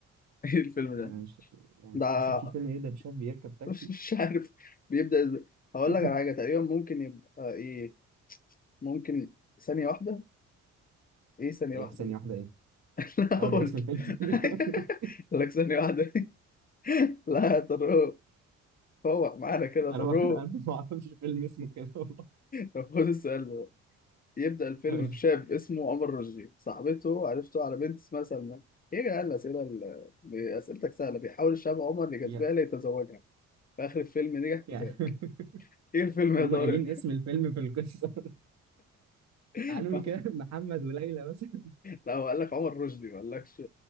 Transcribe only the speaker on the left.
<laughs> إيه الفيلم ده؟
ده
<laughs>
مش عارف بيبدأ ازاي هقول
لك على حاجة تقريبا ممكن يبقى ايه ممكن ثانية واحدة ايه ثانية
واحدة
دي
<laughs> لا اقول
<laughs> لك ثانية واحدة <laughs> لا يا طارق فوق معانا كده يا
طارق
طب خد السؤال ده يبدأ الفيلم
بشاب اسمه عمر رشدي صاحبته عرفته على بنت اسمها سلمى ايه يا جدعان الأسئلة ال- أسئلتك سهلة بيحاول الشاب عمر يجذبها
ليتزوجها في آخر الفيلم نجح
في ذلك
ايه الفيلم يا
طارق
<laughs>
لا هو قال لك عمر رشدي ما قالكش